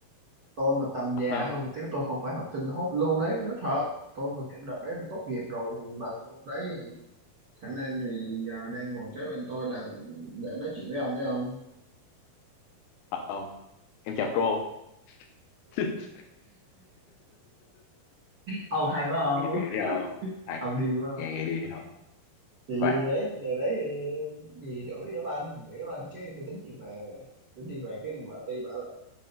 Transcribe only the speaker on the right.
tôi mà tầm già
hơn một xíu tôi không phải học sinh tôi hốt luôn đấy nói thật tôi mà kiểu đợt đấy tôi tốt nghiệp rồi thì bà cô đấy khả năng thì giờ đang ngồi kế bên tôi là để nói chuyện với ông đấy không
ông hay quá không
ông điên quá
thì
đấy điều đấy thì gì đuổi đám anh đuổi đám anh cái tôi tính đi về tính đi về cái vợ tôi bảo là